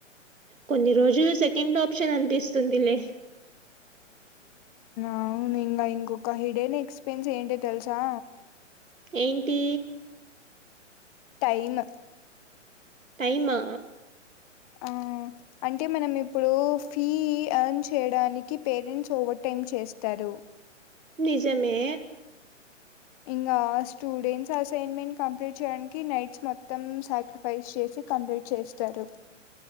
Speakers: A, on the right; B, on the left.
A: కొన్ని రోజులు సెకండ్ ఆప్షన్ అనిపిస్తుందిలే
B: అవును ఇంకా ఇంకొక హిడేన్ ఎక్సపెన్స్ ఏంటో తెలుసా
A: ఎంటీ
B: టైమ్
A: టైమా
B: ఆ అంటే మనం ఇప్పుడు ఫీ ఎర్న్ చేయడానికి పేరెంట్స్ ఓవర్ టైమ్ చేస్తారు
A: నిజమే
B: ఇంకా స్టూడెంట్స్ అసైన్మెంట్ కంప్లీట్ చేయడానికి నైట్స్ మొత్తం సాక్రైఫిస్ సాక్రీఫైస్ చేసి కంప్లీట్ చేస్తారు